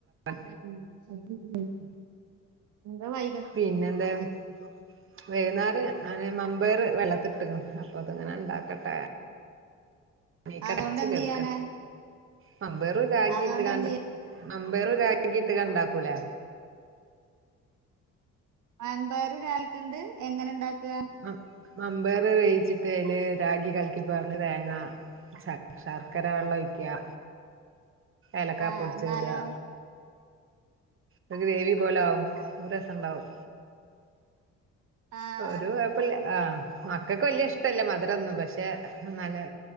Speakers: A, on the right; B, on the right.
A: <unintelligible>
B: ഏഹ് ഉം <unintelligible> എന്താ വൈ
A: പിന്നെന്താണ് വൈന്നാറ് ആണേ മമ്പേറ് വെള്ളത്തിട്ട്ക്ക്ണ് അപ്പം അതങ്ങനെ ഇണ്ടാക്കട്ടെ നീക്കട്ടെ
B: അതുകൊണ്ട്
A: <unintelligible>
B: എന്ത്
A: കെട്ക്കാ
B: ചെയ്യാനാ
A: മമ്പേറ് രാഗിയിട്ട്
B: അതുകൊണ്ട്
A: കാണ്ട്
B: എന്ത് ചെയ്യാ
A: മമ്പയറ് രാഗിയിട്ട് കാണ്ട് ഇണ്ടാക്കൂലേ
B: വൻപയർ രാഗിയിട്ട്ണ്ട് എങ്ങനെ ഇണ്ടാക്കാ
A: ആഹ് മമ്പേർ വേയിച്ചിട്ട് അയില് രാഗി കല്ക്കി പാറ്ന്ന് തേങ്ങാ ശർ ശർക്കര വെള്ളം ഒഴിക്ക്യാ ഏലക്കാ
B: ആ
A: പൊടിച്ചെ
B: എന്നാലോ
A: ഇടാ ഒര് ഗ്രേവി പോലാവും ഓഹ് രസണ്ടാവും
B: ആഹ്
A: ഒരു കൊഴപ്പല്ല ആഹ് മക്കൾക്ക് വല്ല്യ ഇഷ്ടല്ല മധുരൊന്നും പക്ഷേ എന്നാല്